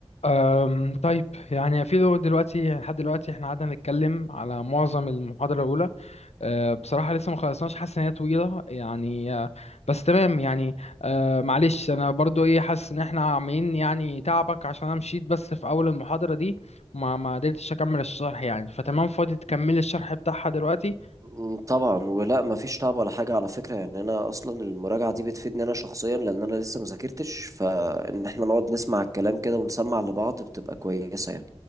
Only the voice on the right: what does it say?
مم، طبعا ولا ما فيش تعب ولا حاجه على فكره يعني انا اصلا المراجعه دي بتفيدني انا شخصيا لان انا لسه ما ذاكرتش فان احنا نقعد نسمع الكلام كده ونسمع لبعض بتبقى كويسه يعني